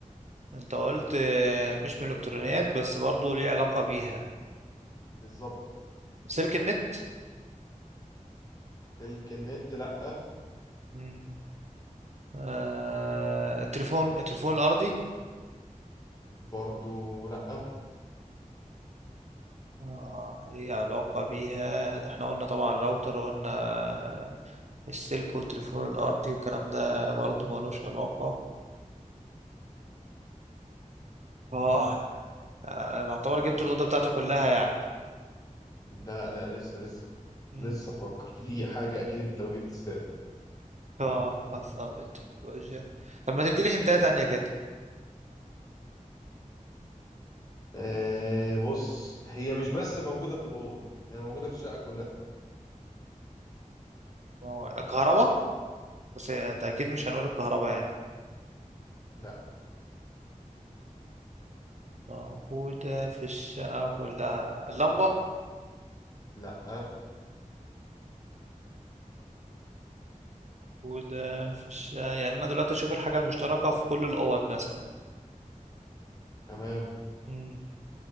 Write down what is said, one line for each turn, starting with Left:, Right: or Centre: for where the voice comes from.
Right: انت قلت آه مش من الالكترونيات بس برضو ليه علاقة بيها
Left: بالظبط
Right: سلك النت
Left: الكنت لا
Right: مم. آه التليفون التليفون الارضي
Left: برضو لا
Right: اه ليه علاقة بيها احنا قلنا طبعا راوتر وقلنا آه، السلك والتليفون الارضي والكلام ده برضو ملوش علاقة اه انا أنا اعتبر جبت الاوضه بتاعته كلها يعني
Left: لا لا لسه لسه
Right: مم.
Left: لسه افكر في حاجه اكيد انت ما جبت سيرتها
Right: اه خاصه بالتكنولوجيا طب ما تديلي هنتايه تانية كده
Left: أه بص هي مش بس موجوده في الاوضه هي موجوده في الشقه كلها
Right: ما هو الكهرباء بس انت اكيد مش هنقول الكهرباء يعني
Left: لا
Right: موجوده في الشقه كلها اللمبه
Left: لا أه
Right: موجوده في الشقه يعني انا دلوقتي اشوف الحاجه المشتركه في كل الاوض مثلا
Left: تمام
Right: مم.